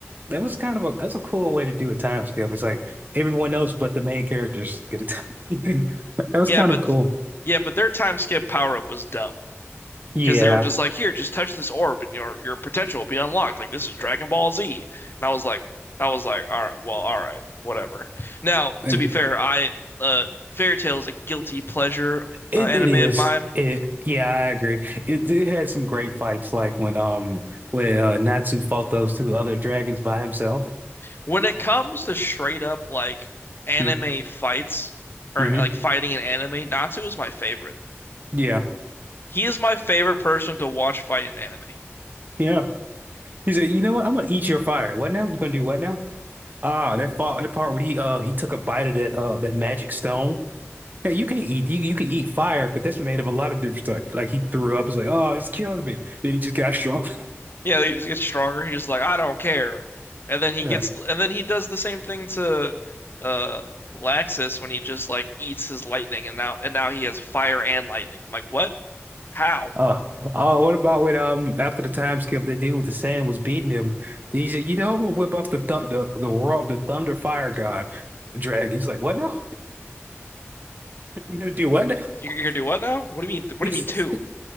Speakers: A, on the right (about 40°); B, on the left (about 50°).
A: That was kind of a that's a cool way to do a time skip. It's like everyone else but the main characters get a time. <laughs> That was
B: Yeah,
A: kind
B: but
A: of cool.
B: yeah, but their time skip power up was dumb.
A: Yeah.
B: because they were just like, here, just touch this orb and your your potential will be unlocked. Like this is Dragon Ball Z. And I was like, I was like, all right, well, all right, whatever. Now,
A: <laughs>
B: to be fair, I uh Fairy Tail is a guilty pleasure
A: It
B: uh, anime
A: it is.
B: of mine.
A: It yeah, I agree. It it had some great fights, like when um when uh, Natsu fought those two other dragons by himself.
B: When it comes to straight up like anime
A: Mm,
B: fights or
A: Mm-hmm.
B: like fighting in anime, Natsu is my favorite.
A: Yeah,
B: He is my favorite person to watch fight in anime.
A: yeah. He said, "You know what? I'm gonna eat your fire. What now? You gonna do what now?" Ah, that fought that part where he uh he took a bite of that uh that magic stone. Hey, you can eat you, you can eat fire, but that's made of a lot of different stuff. Like he threw up. It's like, oh, it's killing me. Then he just got strong.
B: Yeah, he just gets stronger. He's just like, I don't care. And then he
A: <laughs>
B: gets, and then he does the same thing to uh Laxus when he just like eats his lightning and now and now he has fire and lightning. I'm like, what? How?
A: Uh, oh, what about when um after the time skip the dude with the sand was beating him? He said, you know, I'm gonna whip up the th the the roar of the thunder fire god dragon. He's like, what now? <laughs> You gonna do what now?
B: You're,
A: <laughs>
B: you're gonna do what now? What do you mean? What
A: He
B: do you
A: says,
B: mean two? What